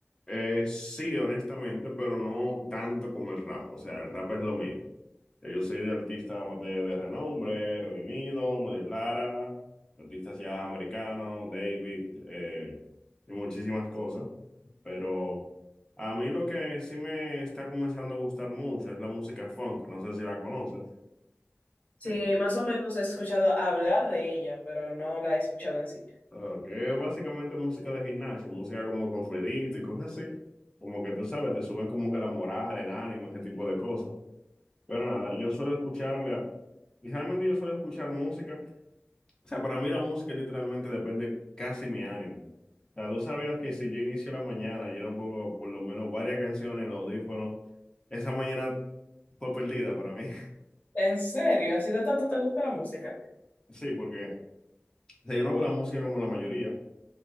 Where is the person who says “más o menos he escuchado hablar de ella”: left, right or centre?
Left